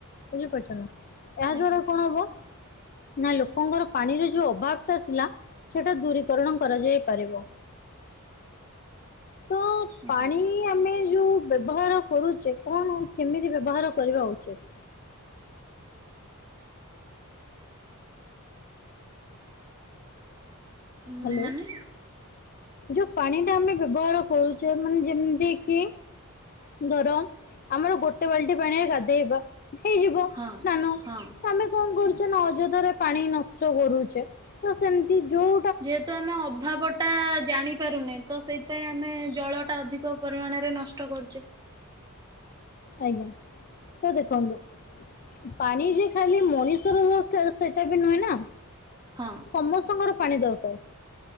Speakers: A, on the left (about 40°); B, on the right (about 20°).
A: ବୁଝିପାରୁଛ ନା। ଏହା
B: ଆଜ୍ଞା
A: ଦ୍ଵାରା କଣ ହବ? ନା ଲୋକଙ୍କର ପାଣିର ଯୋଉ ଅଭାବ ଟା ଥିଲା ସେଟା ଦୂରୀକରଣ କରାଯାଇ ପାରିବ। ତ
B: ଆଜ୍ଞା
A: ପାଣି ଆମେ ଯୋଉ ବ୍ୟବହାର କରୁଚେ କଣ କେମିତି ବ୍ୟବହାର କରିବା ଉଚିତ
B: ଉଁ,
A: ହ୍ୟାଲୋ
B: ମାନେ
A: ଯୋଉ ପାଣି ଟା ଆମେ ବ୍ୟବହାର କରୁଛେ ମାନେ ଯେମିତି କି ଦରମ୍ ଆମର ଗୋଟେ ବାଲ୍ଟି ପାଣିରେ ଗାଧେଇବା ହେଇଯିବ
B: ହଁ
A: ସ୍ନାନ
B: ହଁ
A: ତ ଆମେ କଣ କରୁଛେ ନା ଅଯଧାରେ ପାଣି ନଷ୍ଟ କରୁଛେ ତ ସେମତି ଯୋଉ
B: ଯେହେତୁ ଆମେ ଅଭାବ ଟା ଜାଣିପାରୁନେ ତ ସେଇପାଇଁ ଆମେ ଜଳ ଟା ଅଧିକ ପରିମାଣରେ ନଷ୍ଟ କରୁଛେ।
A: ଆଜ୍ଞା ତ ଦେଖନ୍ତୁ ପାଣି ଯେ ଖାଲି ମଣିଷର ଯୋଉ ସେଇଟା ବି ନୁହେଁ ନା
B: ହଁ
A: ସମସ୍ତଙ୍କର ପାଣି ଦରକାର